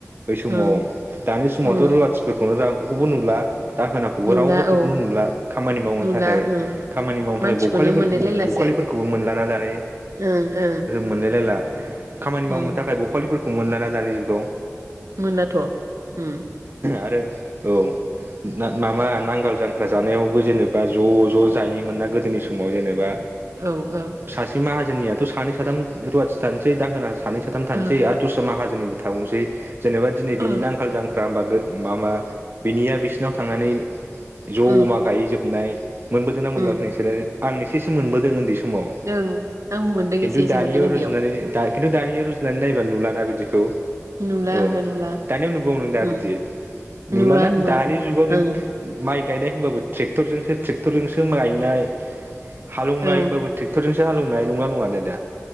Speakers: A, on the right; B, on the right.
A: बै समाव,
B: ओं
A: दानि समावथ'
B: उम
A: रुवाथिफोरखौनो रागखौबो नुला। दाहोनाखौबो
B: नुला
A: रावबोखौनो
B: औ
A: नुला खामानि मावनो
B: नुला
A: थाखाय
B: ओं
A: खामानि मावनो
B: मानसिखौनो
A: थाखाय बखालिफोर
B: मोनलायलायलासो
A: बखालिफोरखौबो मोनलाना दानि
B: ओं ओं
A: मोनलायलायला खामानि मावनो
B: उम
A: थाखाय बखालिफोरखौनो मोनलाना दानि जुगाव।
B: मोनालाथ' उम।
A: आरो औ। माबा नांगाल जांख्रा जानायावबो जेनेबा ज' ज' जायो मोनना गोदोनि समाव जेनेबा
B: औ औ
A: सासे माहाजोननियाथ' सानै साथाम रुवाथि थानोसै दाहोना सानै साथाम थानोसै
B: ओ
A: दस्रा माहोजोननिबो थावनोसै जेनेबा दिनै
B: ओ
A: बिनि नांगाल जां दा होमबाथ गो माबा बिनिया बिसिनाव थांनानै ज'मा
B: उम
A: गायै जोबनाय। मोनबोदोंना मोनबोआ
B: उम
A: नोंसोरो आं एसेसो मोनबोदों उन्दै समाव।
B: ओं आंबो मोनदों
A: खिन्थु
B: एसे एसे
A: दानियाव
B: मोनदों उन्दैयाव
A: रुजुनानै दा खिन्थु दानिया रुजुनानै नायबा नुलाना बिदिखौ।
B: नुला
A: औ
B: ओहो नुला
A: दानियाव नुबाव नों दा
B: उम
A: बिदि? नुलाना
B: नुवा नुवा
A: दानि जुगाव नों
B: ओं
A: माइ गायनाय होनबाबो ट्रेक्टरजोंसो-ट्रेक्टरजोंसो गायनाय हालौवनाय
B: ओं
A: होनबाबो ट्रेक्टरजोंसो हालेवनाय नंङा नङा दे दा?